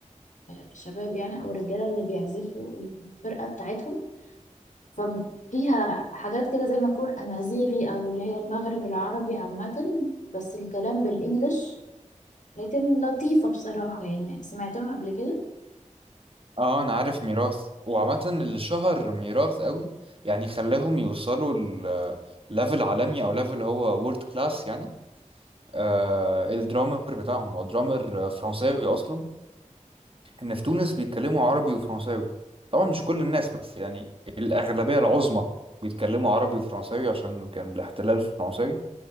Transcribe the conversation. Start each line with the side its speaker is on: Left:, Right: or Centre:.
Left: آه، شباب يعني أو رجالة اللي بيعزفوا الفرقة بتاعتهم ففيها حاجات كده زي ما تكون أمازيغي أو اللي هي المغرب العربي عامة بس الكلام بالإنجلش لكن لطيفة بصراحة يعني سمعتهم قبل كده
Right: اه انا عارف ميراث وعامة اللي شهر ميراث قوي يعني خلاهم يوصلوا ليفل عالمي او ليفل هو وورد كلاس يعني آه الدرامر بتاعهم هو درامر آه، فرنساوي اصلا ان في تونس بيتكلموا عربي وفرنساوي طبعا مش كل الناس بس يعني الاغلبية العظمى بيتكلموا عربي وفرنساوي عشان كان الاحتلال فرنساوي